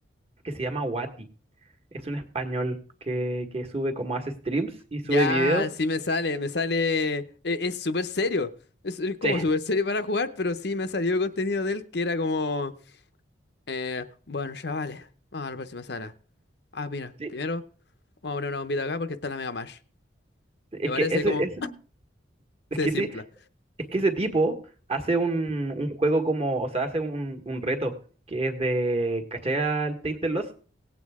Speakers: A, on the right; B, on the left.
A: que se llama Wati. Es un español que, que sube como hace streams y sube
B: Ya,
A: videos.
B: sí me sale, me sale... e- Es súper serio. Es, es como
A: Sí,
B: súper serio para jugar, pero sí me ha salido contenido de él que era como... eh, bueno, chavales, vamos a la próxima sala. Ah, mira,
A: sí.
B: primero vamos a poner una bombita acá porque está la Mega Mash.
A: Es
B: Me parece
A: que ese,
B: como...
A: ese- es
B: Se
A: que
B: simpla.
A: sí, es que ese tipo hace un, un juego como, o sea, hace un, un reto que es de, ¿cachai al Tainted Lost?